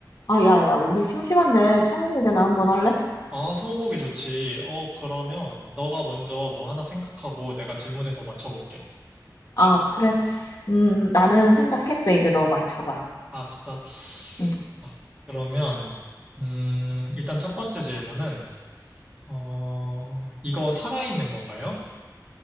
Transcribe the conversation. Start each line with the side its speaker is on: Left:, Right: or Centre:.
Left: 아, 야, 야, 우리 심심한데 스무고개나 한번 할래?
Right: 아, 스무고개 좋지. 어, 그러면 너가 먼저 뭐 하나 생각하고 내가 질문해서 맞춰볼게.
Left: 아, 그래. 음, 나는 생각했어. 이제 너 맞춰봐.
Right: 아, 진짜.
Left: 응.
Right: 아, 그러면 음, 일단 첫 번째 질문은 어, 이거 살아있는 건가요?